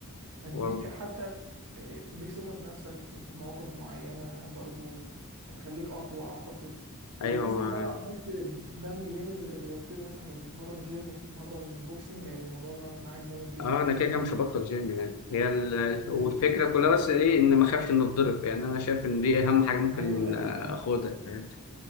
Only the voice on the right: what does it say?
هتديك
حتى إيه، تديك ثقه في نفسك في في مواقف معينه برضو هتخليك اقوى اعتقد
وخصوصا
بقى لو عملت دمج بين ال- الرياضتين مثلا لو بتتمرن جيم وبتتمرن بوكسنج هيبقى الموضوع مع- معاك جامد جدا
حلو
ايوه ايوه
فاهمك فاهم